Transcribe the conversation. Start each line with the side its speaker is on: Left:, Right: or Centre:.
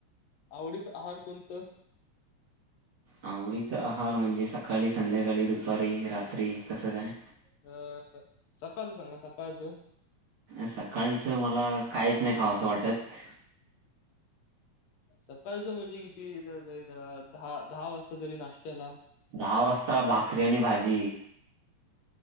Left: आवडीच आहार कोणतं?
Right: आवडीच आहार म्हणजे सकाळी संध्याकाळी दुपारी रात्री कसं काय?
Left: अ सकाळचा सांगा सकाळचा.
Right: सकाळचं मला काहीच नाही खावं असं वाटत.
Left: सकाळचा म्हणजे किती तरी जरा दहा दहा वाजता तरी नाश्त्याला
Right: दहा वाजता भाकरी आणि भाजी